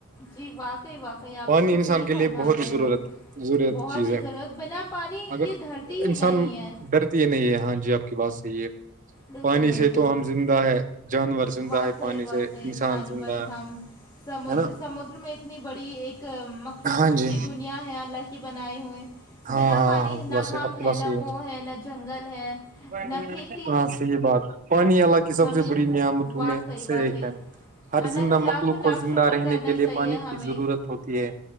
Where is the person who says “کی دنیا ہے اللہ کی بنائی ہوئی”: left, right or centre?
Left